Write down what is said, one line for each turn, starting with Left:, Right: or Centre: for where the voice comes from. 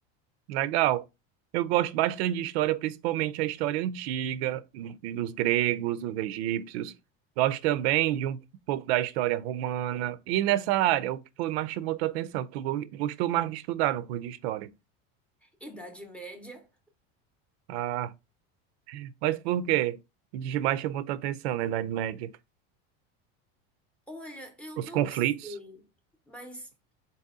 Right: Legal. Eu gosto bastante de história, principalmente a história antiga, dos gregos, dos egípcios. Gosto também de um pouco da história romana. E nessa área, o que foi mais chamou tua atenção? Tu go- gostou mais de estudar no curso de história?
Centre: Idade média.
Right: Ah, mas por quê? O que mais chamou tua atenção na Idade Média?
Centre: Olha, eu
Right: Os
Centre: não
Right: conflitos.
Centre: sei, mas